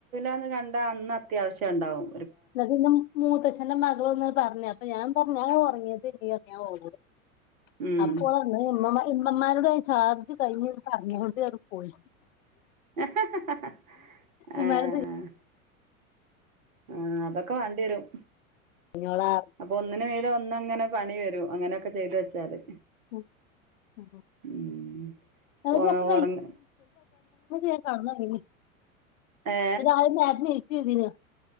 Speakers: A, on the right; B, on the left.
A: ട്ടെന്ന് കണ്ടാൽ അന്ന് അത്യാവശ്യണ്ടാവും
B: എന്നിട്ട് പിന്നെ മൂത്തച്ഛന്റെ മകള് വന്ന് പറഞ്ഞ് അപ്പൊ ഞാ പൊ ഞാൻ ഒറങ്ങിയതേല്യാ ഞാൻ ഓളോട്
A: ഉം
B: അപ്പോഴൊഓൾ പാർഞ് ഇമ്മമാരുടെ ചാർജ് കഴിഞ്ഞ്ന്ന് പറഞ്ഞുകൊണ്ട് അത് പോയി
A: ആ
B: ഇമ്മാനത്
A: ആ അതൊക്കെ വേണ്ടിരും
B: കഴിഞ്ഞോളാ
A: അപ്പൊ ഒന്നിനു മീതേ ഒന്നങ്ങനെ പണി വരൂ അങ്ങനെയൊക്കെ ചെയ്തു വെച്ചാല്
B: <unintelligible>
A: ഉം
B: പൊതപ്പിച്ച്
A: ഓ ഉറങ്ങ
B: ഞാൻ കെടന്നോറങ്ങി
A: ഏ
B: രാവിലെ നേരത്തെ ന്നിച്ച് ചെയ്തീന്